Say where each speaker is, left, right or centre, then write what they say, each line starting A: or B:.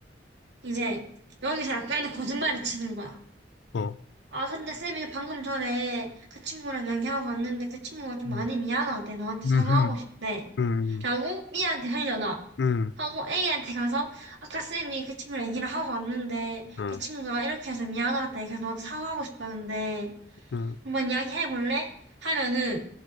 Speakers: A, on the right; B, on the left.
A: 이제 여기서 약간의 거짓말을 치는 거야.
B: 어.
A: 아, 근데 쌤이 방금 전에 그 친구랑 얘기하고 왔는데 그 친구가 좀
B: 음,
A: 많이 미안하대. 너한테 사과하고
B: 음,
A: 싶대.
B: 음,
A: 라고 B한테 흘려놔.
B: 음,
A: 하고 A한테 가서 아까 쌤이 그 친구랑 얘기를 하고 왔는데
B: 음,
A: 그 친구가 이렇게 해서 미안하대. 그래서 너한테 사과하고 싶다는데
B: 음,
A: 한번 이야기 해볼래? 하면은